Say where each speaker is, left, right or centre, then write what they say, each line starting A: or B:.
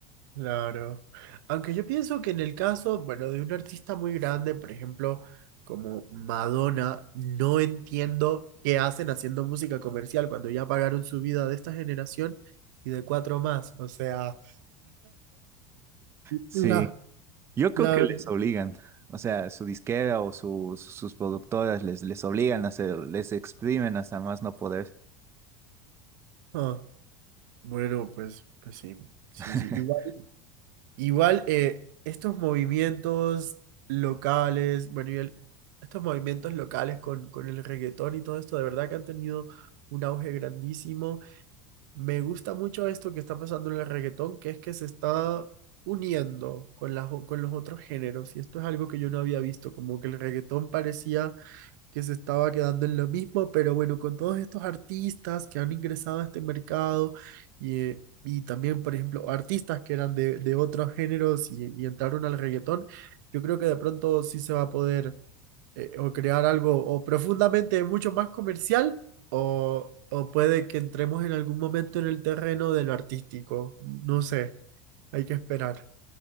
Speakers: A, on the right (about 75°); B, on the right (about 25°).
A: Claro. Aunque yo pienso que en el caso, bueno, de un artista muy grande, por ejemplo, como Madonna, no entiendo qué hacen haciendo música comercial cuando ya pagaron su vida de esta generación y de cuatro más. O sea,
B: Sí,
A: la,
B: yo creo
A: la
B: que
A: verdad.
B: les obligan. O sea, su disquera o sus sus productoras les, les obligan a hacer, les exprimen hasta más no poder.
A: Ah, bueno, pues, pues sí, sí,
B: <laughs>
A: sí. Igual, igual eh, estos movimientos locales, bueno, y el- estos movimientos locales con, con el reggaetón y todo esto, de verdad que han tenido un auge grandísimo. Me gusta mucho esto que está pasando en el reggaetón, que es que se está uniendo con las, o- con los otros géneros. Y esto es algo que yo no había visto, como que el reggaetón parecía que se estaba quedando en lo mismo, pero bueno, con todos estos artistas que han ingresado a este mercado y, eh, y también, por ejemplo, artistas que eran de, de otros géneros y, y entraron al reggaetón, yo creo que de pronto sí se va a poder eh, o crear algo o profundamente mucho más comercial o, o puede que entremos en algún momento en el terreno de lo artístico. No sé, hay que esperar.